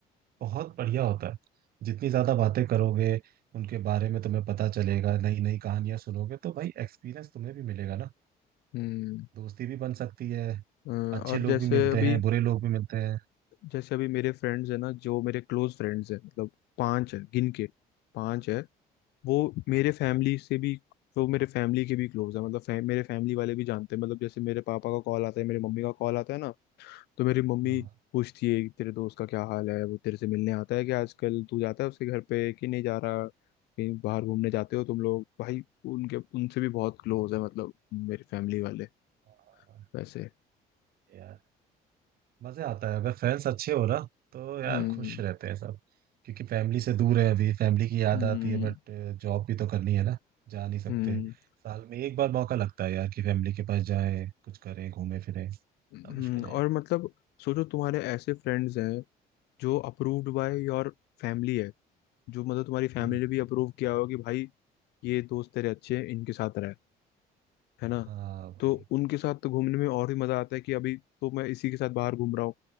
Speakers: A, on the right; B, on the left.
A: बहुत बढ़िया होता है जितनी ज्यादा बातें करोगे उनके बारे में तुम्हें पता चलेगा नई नई कहानियां सुनोगे तो भाई एक्सपीरियंस तुम्हें भी मिलेगा ना
B: हम्म
A: दोस्ती भी बन सकती है
B: अ,
A: अच्छे
B: और
A: लोग
B: जैसे
A: भी मिलते
B: अभी
A: हैं बुरे लोग भी मिलते हैं
B: जैसे अभी मेरे फ्रेंड्स है ना जो मेरे क्लोज फ्रेंड्स हैं मतलब पांच है गिन के पांच है वो मेरे फैमिली से भी वो मेरे फैमिली के भी क्लोज है मतलब फै, मेरे फैमिली वाले भी जानते हैं मतलब जैसे मेरे पापा का कॉल आता है मेरे मम्मी का कॉल आता है ना तो मेरी मम्मी
A: हाँ हाँ।
B: पूछती है कि तेरे दोस्त का क्या हाल है वो तेरे से मिलने आता है क्या आजकल तू जाता है उसके घर पे कि नहीं जा रहा कहीं बाहर घूमने जाते हो तुम लोग भाई उनके उनसे भी बहुत क्लोज है मतलब मेरी फैमिली वाले
A: हाँ,
B: वैसे
A: यार मजे आता है अगर फ्रेंड्स अच्छे हो ना तो यार
B: हम्म
A: खुश रहते हैं सब क्योंकि फैमिली से दूर है अभी फैमिली की याद
B: हम्म
A: आती है बट जॉब भी तो करनी है ना जा नहीं सकते
B: हम्म
A: साल में एक बार मौका लगता है यार कि फैमिली के पास जाएं कुछ करें घूमें फिरें ना
B: हम्म,
A: मुश्किल
B: और
A: है
B: मतलब सोचो तुम्हारे ऐसे फ्रेंड्स हैं जो अप्रूव्ड बाय योर फैमिली है जो मतलब तुम्हारी फैमिली
A: हम्म
B: ने भी अप्रूव किया हो कि भाई ये दोस्त तेरे अच्छे हैं इनके साथ रह है ना
A: हाँ वही
B: तो उनके साथ तो घूमने में और भी मजा आता है कि अभी तो मैं इसी के साथ बाहर घूम रहा हूँ